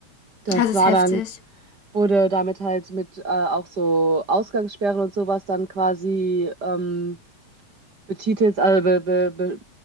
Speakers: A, on the right; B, on the left.
A: Das
B: Das ist
A: war
B: heftig.
A: dann wurde damit halt mit äh, auch so Ausgangssperren und sowas dann quasi ähm, betitelt also be, be, be,